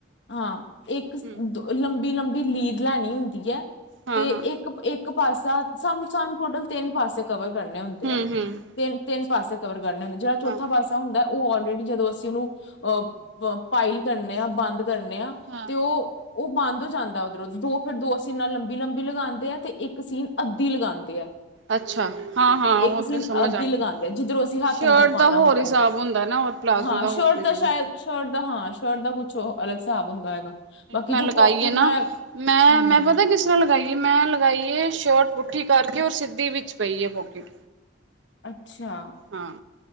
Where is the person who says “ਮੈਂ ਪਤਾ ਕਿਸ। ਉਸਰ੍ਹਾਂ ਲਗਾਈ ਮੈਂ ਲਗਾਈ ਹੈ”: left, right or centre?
Right